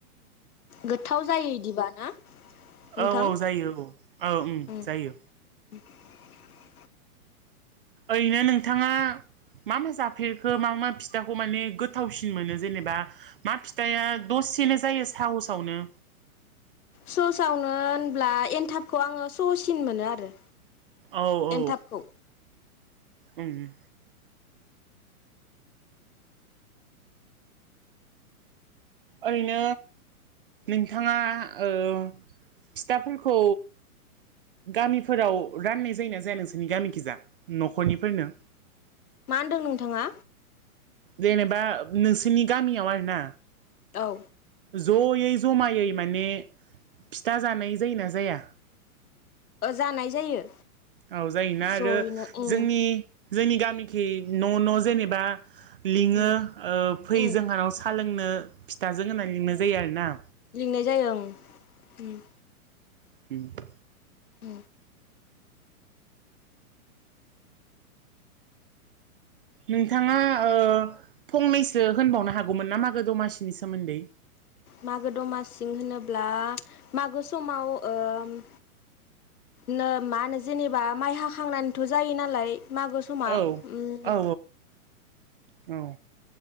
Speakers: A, on the left; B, on the right.
A: गोथाव जायो इदिबा ना? नोंथां
B: औ औ जायो औ औ ओं
A: उम
B: जायो।
A: <inaudible>
B: ओरैनो नोंथाङा मा मा जाफेरखो मा मा फिथाखौ माने गोथावसिन मोनो जेनेबा मा फिथाइा दसे सेनो जायो साहसावनो।
A: सहसावनो होनब्ला एनथाबखौ आङो सहसिन मोनो आरो।
B: औ औ औ
A: एनथाबखौ
B: उ- ओरैनो नोंथाङा ओ- फिथाफोरखौ गामिफोराव राननाय जायोना जाया नोंसोरनि गामिखिजा न'खरनिफोरनो
A: मा होनदों नोंथाङा
B: जेनेबा नोंसोरनि गामियाव आरोना
A: औ
B: जयै जमायै माने फिथा जानाय जायोना जाया?
A: जानाय जायो।
B: औ जायोना
A: जयैनो
B: आरो
A: उम
B: जोंनि जोंनि गामिखि न' न' जेनेबा लिङो
A: उम
B: ओ- फै
A: उम
B: जोंहानाव साहा लोंनो फिथाजों होननानै लिंनाय जायो आरोना।
A: नाय ज उ- उ-
B: म <unintelligible>
A: उ
B: नोंथाङा ओ- फंनैसो होनबावनो हागौमोन ना मागो दमासिनि सोमोन्दै?
A: मागो दमासि होनोब्ला मागो समाव ओ- नो मा होनो जेनेबा माइ हाखांनानैथ' जायो नालाय मागो समा
B: औ
A: उम-
B: औ औ।